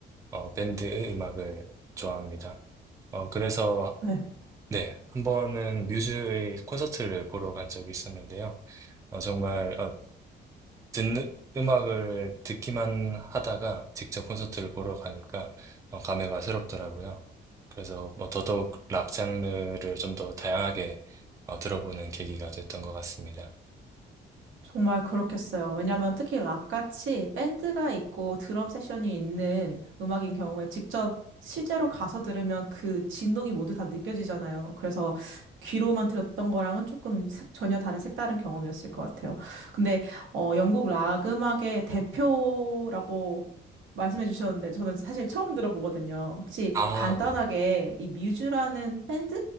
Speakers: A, on the right; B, on the right.
A: 어, 밴드의 음악을 좋아합니다. 어, 그래서
B: 네.
A: 네, 한 번은 뮤즈의 콘서트를 보러 간 적이 있었는데요. 어, 정말 어, 듣는 음악을 듣기만 하다가 직접 콘서트를 보러 가니까 어, 감회가 새롭더라고요. 그래서 뭐 더더욱 락 장르를 좀 더 다양하게 어, 들어보는 계기가 됐던 것 같습니다.
B: 정말 그렇겠어요. 왜냐면 특히 락같이 밴드가 있고 드럼 세션이 있는 음악인 경우에 직접 실제로 가서 들으면 그 진동이 모두 다 느껴지잖아요. 그래서 귀로만 들었던 거랑은 조금 세- 전혀 다른 색다른 경험이었을 것 같아요. 근데 어, 영국 락 음악의 대표라고 말씀해 주셨는데 저는 사실 처음 들어보거든요. 혹시
A: 아,
B: 간단하게
A: 네.
B: 이 뮤즈라는 밴드